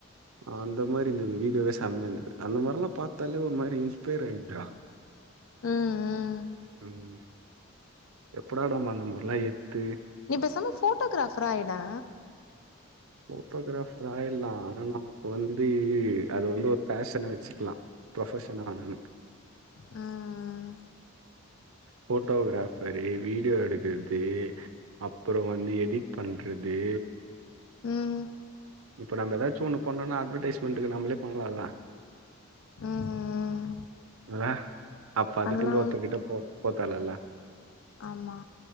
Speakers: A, on the right (about 75°); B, on the left (about 70°).
A: அந்த மாரி இருந்துது வீடியோவே செமையா இருந்துது அந்த மாரில்லா பாத்தாலே ஒரு மாரி இன்ஸ்பைர் ஆயிடுதுடா
B: ம் ம்
A: ம் எப்படா நம்ம அந்த மாரில்லா எடுத்து
B: நீ பேசம்மா போட்டோகிராஃபரா ஆயிடா
A: போட்டோகிராஃபர் ஆயிட்லா ஆனா நமக்கு வந்து அத வந்து ஒரு ஃபேஷனா வச்சிக்லா ப்ரொபஷனா வேணா எனக்கு
B: ம்
A: போட்டோகிராஃபரு, வீடியோ எடுக்கறது அப்றோ வந்து எடிட் பண்றது
B: ம்
A: இப்ப நம்ம ஏதாச்சு ஒண்ணு பண்ணுன்னா அட்வடைஸ்மென்ட்டுக்கு நம்மளே பண்ணலால்ல
B: ம்
A: இல்ல அப்ப அதுக்குன்ட்டு
B: பண்ணலாம்
A: ஒருத்தர் கிட்ட போ போத்தேவலல்ல
B: ஆமா